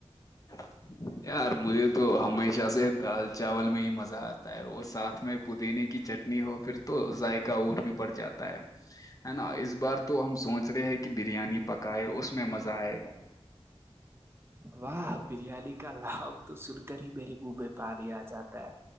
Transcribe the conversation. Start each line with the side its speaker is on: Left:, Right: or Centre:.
Left: <inaudible> یار مجھے تو ہمیشہ سے دال چاول میں ہی مزہ آتا ہے اور ساتھ میں پودینے کی چنی نہیں ہو پھر تو ذائق اور بھی بڑھ جاتا ہے ہے نا اس بار تو ہم سوچ رہے ہیں کہ بریانی پکائے اس میں مزہ آئے گا
Right: واہ بریانی کا لھاب تو سن کر ہی میرے منہ میں پانی آ جاتا ہے